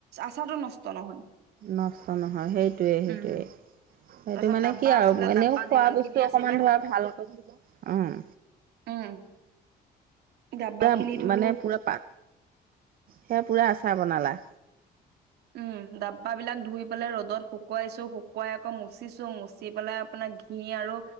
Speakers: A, on the right; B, on the right.
A: আচাৰটো নষ্ট নহয়।
B: নষ্ট নহয় সেইটোৱে, সেইটোৱেই।
A: উম।
B: সেইটো
A: তাৰপিছত
B: মানে
A: ডাব্বা
B: কি আৰু
A: আছিলে
B: এনেও
A: ডাব্বা
B: খোৱা
A: যিমান
B: বস্তু
A: খিনি আছিলে
B: অকমান ধৰা ভালকৈ ব <unintelligible> উম।
A: উম, গা
B: পুৰা
A: পা খিনি ধুলো।
B: মানে পুৰা পা সেয়া পুৰা আচাৰ বনালা?
A: উম, ডাব্বা বিলাক ধুই পেলাই ৰ'দত শু শুকুৱাইছো। শুকুৱাই আকৌ মুচিছো। মুচি পেলাই আপোনাৰ ঘি আৰু